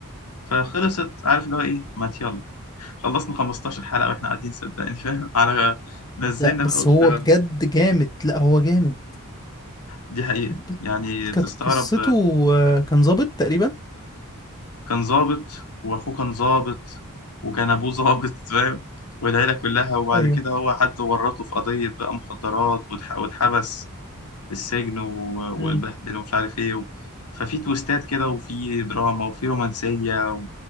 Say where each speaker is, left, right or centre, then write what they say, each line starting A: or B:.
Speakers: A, on the left (about 80°); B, on the left (about 15°).
A: فخلصت عارف اللي هو ايه ما يلا خلصنا 15 حلقة واحنا قاعدين صدقني فاهم على نزلنا
B: لا بس
A: بقى واشتغلنا
B: هو بجد جامد لا هو جامد
A: دي حقيقة
B: ب-
A: يعني
B: كانت
A: تستغرب
B: قصته آه، كان ظابط تقريبا
A: كان ظابط واخوه كان ظابط وكان ابوه ظابط <laughs> فاهم والعيله كلها وبعد
B: ايوه
A: كده هو حد ورطه في قضيه بقى مخدرات واتح- واتحبس في السجن و-
B: امم
A: واتبهدل ومش عارف ايه و... ففي تويستات كده وفي دراما وفي رومانسيه و...